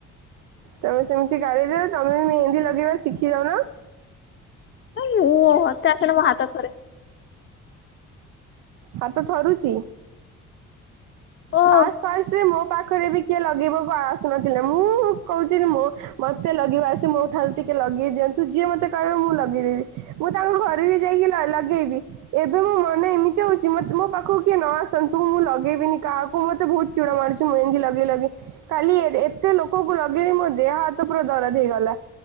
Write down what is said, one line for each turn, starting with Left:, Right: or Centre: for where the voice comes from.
Right: ତମ ସେମି ସେ ଗାରେଇ ଦେବେ ତମେ ମେହେଁନ୍ଦୀ ଲଗେଇବା ଶିଖି ଯାଉନ।
Left: ମୁଁ ହତା ସେନା ମୁଁ ହାତ ଥରେ।
Right: ହାତ ଥରୁଚି।
Left: ଓ
Right: ଫାଷ୍ଟ ଫାଷ୍ଟ ମୋ ପାଖରେ ବି। କିଏ ଲଗେଇବାକୁ ଆସୁନଥିଲେ ମୁଁ କହୁଛିି ମୁଁ ମତେ ଲଗେଇବା ଆସେ ମୋ ଠାରୁ ଟିକେ ଲଗେଇ ଦିଅନ୍ତୁ। ତୁଝିଆ ମତେ କହିବୁ ମୁଁ ଲଗେଇଦେବି ମୁଁ ତାଙ୍କୁ ଘରେ ବି ଯାଇକି ଲଗେଇବି। ଏବେ ମୋ ମନ ଏମିତି ହଉଚି ମେ ମୋ ପାଖକୁ କିଏ ନ ଆସନ୍ତୁ ମୁଁ ଲଗେଇବିନି କାହାକୁ। ମୁ ମତେ ବହୁତ ଚିଡ ମାଡୁଚି ମୁଁ ଏମତି ଲଗେଇ ଲଗେଇ କାଲି ଏତେ ଲୋକଙ୍କୁ ଲଗେଇଲିି ମୋ ଦେହ ହାତ ପୁରା ଦରଦ ହେଇଗଲା।